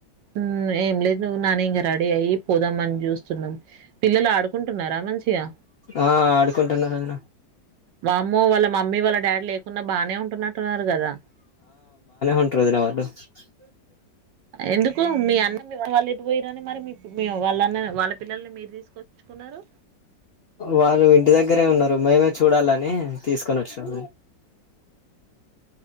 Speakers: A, on the right; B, on the left.
A: ఉం ఏం లేదు నువ్వు నాన్న ఇంక ర రెడీ అయి పోదాంమని చూస్తున్నాం పిల్లలు ఆడుకుంటున్నారా మంచిగా
B: ఆ ఆడుకుంటున్నారు వదిన
A: వామ్మో వాళ్ళ మమ్మీ వాళ్ళ డాడీ లేకుండా బానే ఉంటున్నట్టున్నారు కదా
B: ఉంటారుదలవదు <unintelligible>
A: ఎందుకు మీ అన్నది పోయిరని మరి మీ వాళ్ళ వాళ్ళ పిల్లల్ని మీరు తీసుకొచ్చుకున్నారు
B: వాళ్ళు ఇంటి దగ్గరే ఉన్నరు మేమే చూడాలని తీసుకొనోచ్చం